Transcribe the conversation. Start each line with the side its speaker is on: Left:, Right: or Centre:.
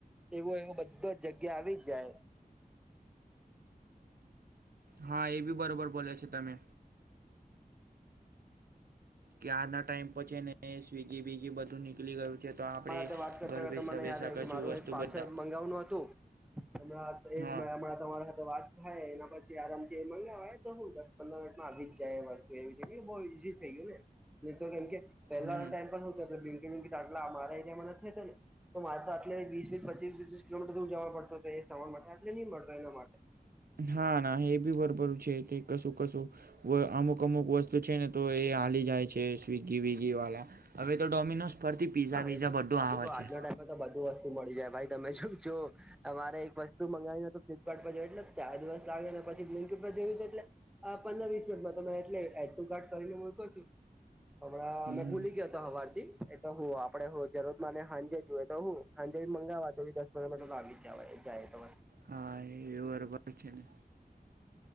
Centre: એવું એવું બધાજ જગ્યા આવી જ જાય
Right: હા, એ બી બરોબર બોલે છે તમે કે આજના ટાઈમ પછ છે ને સ્વિગી બીગી બધું નીકળી ગયું છે
Centre: તમારા
Right: તો આપણે
Centre: સાથે વાત કરતા
Right: ઘર બેસા
Centre: મને
Right: બેસા
Centre: યાદ આવ્યું
Right: કશું
Centre: કે મારું
Right: વસ્તુ
Centre: એક પાર્સલ
Right: બધા
Centre: મંગાવવાનું હતું અમના એજ
Right: હા
Centre: મેં અમના તમારી હાથે વાત થાય એના પછી આરામથી એ મંગાવાય તો હું દસ પંદર મિનિટમાં આવીજ જાય બસ તો એ છે, બો ઈઝી થઈ ગયું ને નહી તો કેમકે પહેલાના
Right: હમ
Centre: ટાઈમ શું થતું બટલા મારા એરિયામાં નથી થતો ને તો મારે તો આટલી વીસ વીસ પચીસ વી ત્રીસ કિલોમીટર દૂર જવા પડું હતો એ સવાર માટે, આટલે ની મળતો એના માટે
Right: હા ના એ બી ભરોબર છે તે કશું કસું અમુક અમુક વસ્તુ છે ને તો એ હલી જાય છે સ્વીગી વિગી વાલા હવે તો ડોમિનોઝ પરથી પીઝા
Centre: હા
Right: વિઝા
Centre: એ
Right: બધું
Centre: અમુક
Right: આવે
Centre: આજના
Right: છે.
Centre: ટાઈમમાં તો બધું મળી જાય ભાઈ તમે જોજો અમારે એક વસ્તુ મંગાવી તો ફ્લિપકાર્ટ પર જો એટલે ચાર દિવસ લાગે ને પછી બ્લિંકિટ જોયું છેું એટલે આ પંદર વીસ મિનિટમાં તમે એટલે એ તું કાર્ટ કરીને મૂકો છો હમણાં
Right: હમ
Centre: મે ભૂલી ગયો તો હવારથી એ તો હું આપડે હો જરૂર માને હાંજે જો હોય તો હું હાંજે મંગાવવા તો દસ પંદ આવી જાય તો
Right: હા, એ ભી બરોબર છે ને